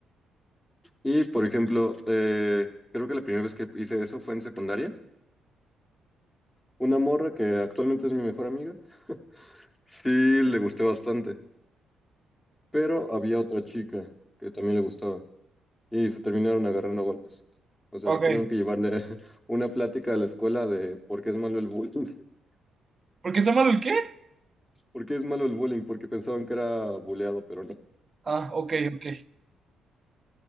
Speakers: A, on the left (about 15°); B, on the right (about 30°).
A: Y por ejemplo, eh, creo que la primera vez que hice eso fue en secundaria. Una morra que actualmente es mi mejor amiga, sí le gusté bastante, pero había otra chica que también le gustaba. y se terminaron agarrando a golpes. O sea,
B: Ok.
A: sí tuvieron que llevarle <laughs> una plática a la escuela de por qué es malo el bullying. <laughs>
B: ¿Por qué está malo el qué?
A: ¿Por qué es malo el bullying? Porque pensaban que era buleado, pero no.
B: Ah, ok, ok.